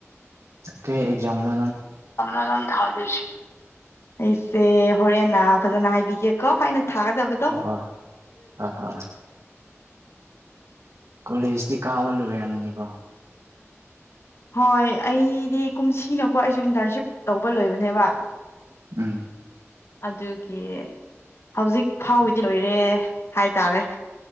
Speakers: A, on the right; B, on the left.
A: ꯀꯔꯤ ꯑꯦꯛꯖꯥꯝ ꯅꯣ
B: ꯅꯪ ꯊꯥꯗꯣꯏꯁꯤ ꯑꯩꯁꯦ ꯍꯣꯔꯦꯟꯅ ꯐꯖꯅ ꯍꯥꯏꯕꯤꯒꯦꯀꯣ ꯑꯩꯅ ꯊꯥꯒꯗꯕ
A: ꯍꯣꯏ ꯍꯣꯏ ꯍꯣꯏ ꯀꯣꯂꯦꯖꯗꯤ ꯀꯥꯕ ꯂꯣꯢꯔꯝꯅꯤꯕꯣ
B: ꯍꯣꯏ ꯑꯩꯗꯤ ꯀꯨꯝꯁꯤꯅꯀꯣ ꯑꯩꯁꯨ ꯏꯟꯇꯔꯟꯁꯤꯞ ꯇꯧꯕ ꯂꯣꯏꯕꯅꯦꯕ
A: ꯎꯝ
B: ꯑꯗꯨꯒꯤ ꯍꯧꯖꯤꯛ ꯐꯥꯎꯒꯤꯗꯤ ꯂꯣꯏꯔꯦ ꯍꯥꯏꯇꯥꯔꯦ